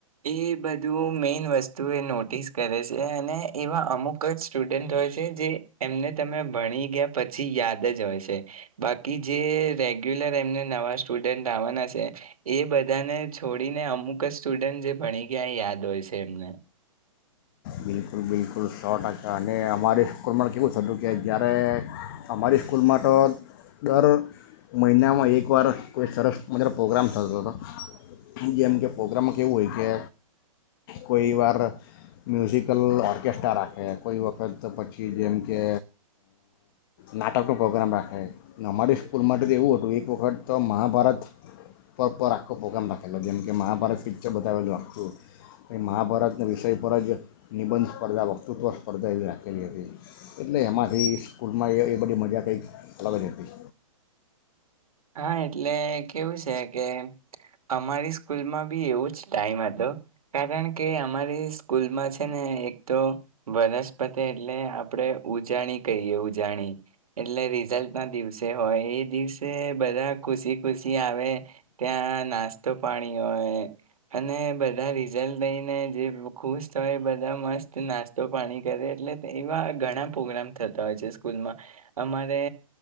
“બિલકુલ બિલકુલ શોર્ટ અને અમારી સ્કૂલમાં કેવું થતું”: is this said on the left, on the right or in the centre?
Left